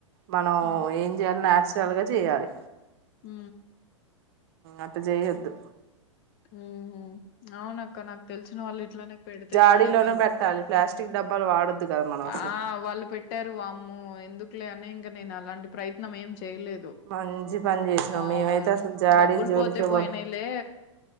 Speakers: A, on the right; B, on the left.
A: మనం
B: ఉమ్
A: ఏం చేయాలి నాచ ాలుగా చేయ్యాలి
B: హ
A: అటు చెయద్దు
B: ఉ అవునక్క నాకు తెలిసిన వాళ్ళు ఇట్లనే పెడితే
A: జాడీలోనే
B: పాడైపోయింది
A: పెట్టాలి ప్లాస్టిక్ డబ్బాలు వాడొద్దు కదా మనం అసలు
B: ఆ వాళ్ళు పెట్టారు వామ్మ ఎందుకులే ఇం నేను అలాంటి ప్రయత్నం ఏం చేయలేదు
A: మంచి పని చేసినాం
B: ఆ
A: మేమైతే అసలు జాడీలు
B: డబ్బులు
A: జోలికే
B: పోతే పోయినాలే
A: పో